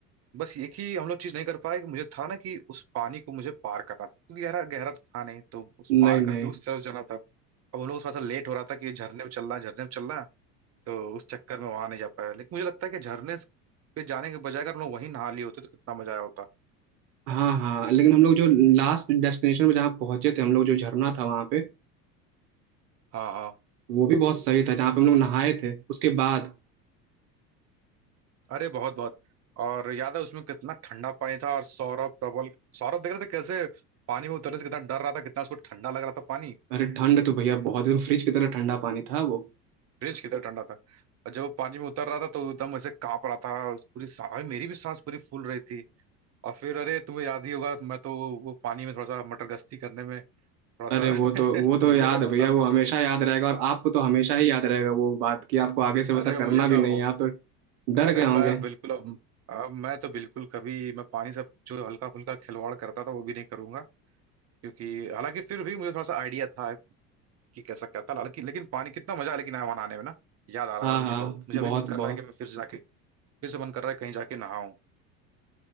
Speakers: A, on the right (about 30°); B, on the right (about 65°).
A: बस एक ही हम लोग चीज नहीं कर पाए कि मुझे था ना कि उस पानी को मुझे पार करना था क्योंकि गहरा गहरा तो था नहीं तो उस
B: नहीं
A: पार
B: नहीं
A: करके उस तरफ जाना था अब उन लोग को थोड़ा सा लेट हो रहा था कि झरने में चलना है झरने में चलना है तो उस चक्कर में वहां नहीं जा पाया लेकिन मुझे लगता है कि झरने पे जाने के बजाय अगर हम लोग वहीं नहा लिए होते तो कितना मजा आया होता
B: हाँ हाँ लेकिन हम लोग जो लास्ट डेस्टिनेशन पे जहाँ पहुंचे थे हम लोग जो झरना था वहाँ पे
A: हाँ हाँ
B: वो भी बहुत सही था जहाँ पे हम लोग नहाए थे उसके बाद
A: अरे बहुत बहुत और याद है उसमें कितना ठंडा पानी था और सौरभ प्रबल सौरभ देख रहे थे कैसे पानी में उतरने से कितना डर रहा था कितना उसको ठंडा लग रहा था पानी
B: अरे ठंड तो भैया बहुत एकदम फ्रिज की तरह ठंडा पानी था वो
A: फ्रिज कितना ठंडा था और जब वो पानी में उतर रहा था तो एकदम ऐसे कांप रहा था पूरी सा- अरे मेरी भी सांस पूरी फूल रही थी और फिर अरे तुम्हें याद ही होगा मैं तो वो पानी में थोड़ा सा मटर गश्ती करने में थोड़ा
B: अरे
A: सा
B: वो
A: <laughs>
B: तो वो तो
A: डूबने
B: याद
A: लगा
B: है भैया
A: था
B: वो हमेशा याद रहेगा और आपको तो हमेशा ही याद रहेगा वो बात कि आपको आगे से वैसा
A: अरे
B: करना
A: मुझे
B: भी
A: तो
B: नहीं है आप तो डर
A: अरे
B: गए होंगे
A: मैं बिल्कुल अब अब मैं तो बिल्कुल कभी मैं पानी से जो हल्का फुल्का खिलवाड़ करता था वो भी नहीं करूंगा क्योंकि हालांकि फिर भी मुझे थोड़ा सा आइडिया था कि कैसा क्या था हालांकि लेकिन पानी कितना मजा है लेकिन आया वहां नहाने में ना याद आ रहा
B: हाँ
A: है यार मुझे
B: हाँ
A: बहुत मुझे
B: बहुत
A: अभी मन कर
B: बहुत
A: रहा है कि मैं फिर से जाके फिर से मन कर रहा है कहीं जाके नहाऊं